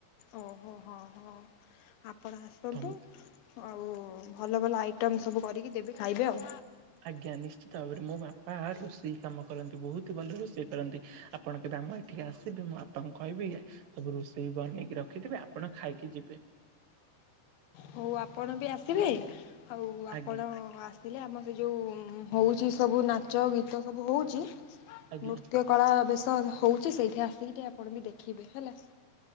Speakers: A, on the left; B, on the right.
A: ଓହୋ ହଁ ହଁ। ଆପଣ ଆସନ୍ତୁ
B: ତମ
A: ଆଉ ଭଲ ଭଲ ଆଇଟମ୍ ସବୁ କରିକି ଦେବେି ଖାଇବେ ଆଉ।
B: ଆଜ୍ଞା ନିଶ୍ଚିତ ଭାବରେ ମୋ ବାପା ରୋଷେଇ କାମ କରନ୍ତି ବୋହୁତ ଭଲ ରୋଷେଇ କରନ୍ତି। ଆପଣ କେବେ ଆମ ଏଇଠିକି ଆସିବେ ମୁଁବାପାଙ୍କୁ କହିବି ସବୁ ରୋଷେଇ ବନେଇକି ରଖିଥିବେ ଆପଣ ଖାଇକି ଯିବେ।
A: ହଉ ଆପଣ ବି ଆସିବେ ଆଉ ଆପଣ
B: ଆଜ୍ଞା
A: ଆ ଆମ ସେ ଯୋଉ ହୋଉଚି ସବୁ ନାଚ ଗୀତ ସବୁ ହୋଉଚି
B: ଆଜ୍ଞା
A: ନୃତ୍ୟ କଳା ବେଶ ହଉଚି ସେଇଠି ଆସିକି ଟିକେ ଆପଣ ବି ଦେଖିବେ। ହେଲା।